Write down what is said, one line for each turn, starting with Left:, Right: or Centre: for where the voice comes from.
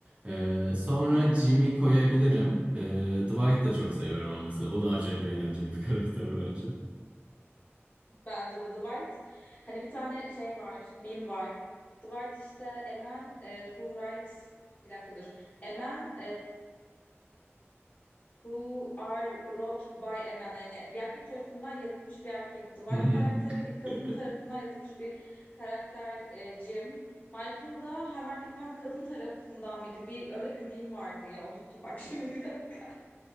Right: Ee, sonra
Left: <laughs>
Right: Jimmy koyabilirim. Ee, Dwight da çok seviyorum ama mesela. O da acayip eğlenceli bir <laughs> karakter bence.
Left: Bence de Dwight. Hani bir tane şey var, meme var. Dwight işte a man e, who writes bir dakika dur. A man Who Are Wrote by a Man. Yani bir erkek tarafından yazılmış bir erkek Dwight
Right: Hı hı.
Left: karakteri, bir kadın
Right: <laughs>
Left: tarafından yazılmış bir karakter e, Jim. Michael da hem erkek hem kadın tarafından mıydı? Bir öyle bir meme vardı ya. Unuttum bak <laughs> şimdi bir dakika.